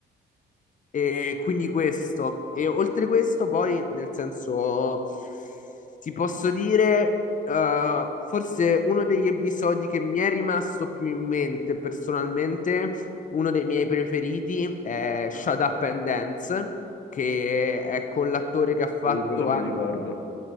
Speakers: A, on the left; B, on the left.
A: e quindi questo, e oltre questo, poi nel senso, ti posso dire, eh, forse uno degli episodi che mi è rimasto più in mente personalmente, uno dei miei preferiti è Shut Up and Dance, che è con l'attore che ha fatto,
B: Sì, quello me
A: a-
B: lo ricordo.